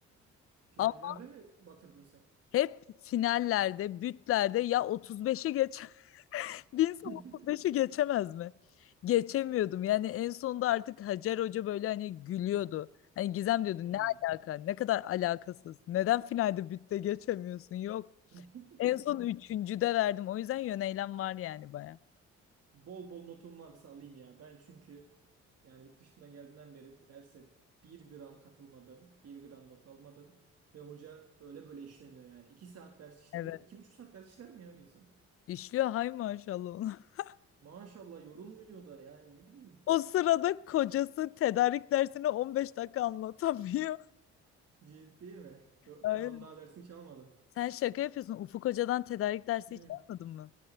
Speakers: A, on the right; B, on the left.
A: Finallerde
B: Ama
A: mi batırdın sen?
B: hep finallerde, bütlerde ya 35'i geç Bir
A: <laughs>
B: insan 35'i geçemez mi? Geçemiyordum. Yani en sonunda artık Hacer Hoca böyle hani gülüyordu. Hani Gizem diyordu
A: Hmm.
B: ne alaka? Ne kadar alakasız. Neden finalde bütte geçemiyorsun? Yok.
A: <laughs>
B: En son üçüncüde verdim. O yüzden yöneylem var yani baya.
A: Bol bol notum varsa alayım ya. Ben çünkü yani yurt dışından geldiğinden beri derse bir gram katılmadım. Bir gram not almadım. Ve hoca öyle böyle işlemiyor yani. iki saat ders işlenir.
B: Evet.
A: iki buçuk saat ders işler mi ya bir insan?
B: İşliyor hay maşallah ona. <laughs>
A: Maşallah yorulmuyor da yani ne bileyim.
B: O sırada kocası tedarik dersini 15 dakika anlatamıyor.
A: Ciddi mi? Yo-
B: <laughs> Hayır.
A: Ben onun daha dersini hiç almadım.
B: Sen şaka yapıyorsun. Ufuk Hoca'dan tedarik dersi
A: Hı.
B: hiç almadın mı?